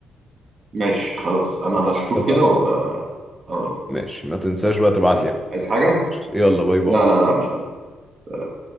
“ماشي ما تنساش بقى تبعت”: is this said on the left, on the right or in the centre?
Centre